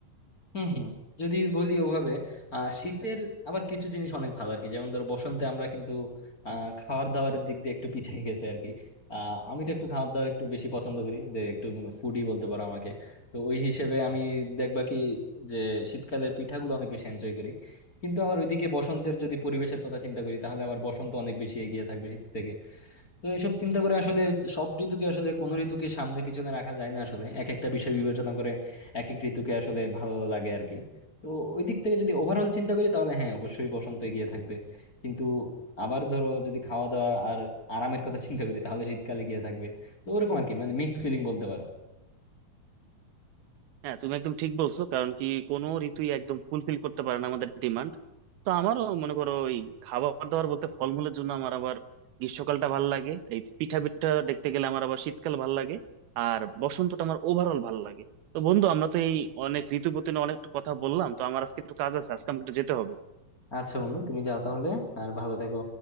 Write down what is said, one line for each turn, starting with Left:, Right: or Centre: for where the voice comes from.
Left: হম হম যদি বলি ওভাবে আহ শীতের আবার কিছু জিনিস অনেক ভালো আর কি যেমন ধরো বসন্তে আমরা কিন্তু আহ খাবার দাবারের দিক দিয়ে একটু পিছিয়ে গেছে আর কি আহ আমি তো একটু খাবার দাবার একটু বেশি পছন্দ করি যে একটু ফুডি বলতে পারো আমাকে তো ওই হিসেবে আমি দেখবা কি যে শীতকালের পিঠাগুলো অনেক বেশি এনজয় করি কিন্তু আবার ওইদিকে বসন্তের যদি পরিবেশের কথা চিন্তা করি তাহলে আবার বসন্ত অনেক বেশি এগিয়ে থাকবে শীত থেকে তো এইসব চিন্তা করে আসলে সব ঋতুকে আসলে কোন ঋতুকে সামনে পিছনে রাখা যায় না আসলে এক একটা বিষয় বিবেচনা করে এক এক ঋতুকে আসলে ভালো লাগে আর কি তো ওই দিক থেকে যদি ওভারঅল চিন্তা করি তাহলে হ্যাঁ অবশ্যই বসন্ত এগিয়ে থাকবে কিন্তু আবার ধরো যদি খাওয়া দাওয়া আর আরামের কথা চিন্তা করি তাহলে শীতকালে গিয়ে থাকবে তো ওরকম আর কি মানে মিক্স ফিলিং বলতে পারো
Right: হ্যাঁ তুমি একদম ঠিক বলছো কারণ কি কোনো ঋতুই একদম ফুলফিল করতে পারে না আমাদের ডিমান্ড তো আমারও মনে করো ওই খাবার দাবার বলতে ফলমূলের জন্য আমার আবার গ্রীষ্মকালটা ভালো লাগে এই পিঠা পিঠা দেখতে গেলে আমার আবার শীতকাল ভালো লাগে আর বসন্তটা আমার ওভারঅল ভালো লাগে তো বন্ধু আমরা তো এই অনেক ঋতু নিয়ে অনেক কথা বললাম তো আমার আজকে একটু কাজ আছে আজকে আমাকে একটু যেতে হবে
Left: আচ্ছা বন্ধু তুমি যাও তাহলে আর ভালো থেকো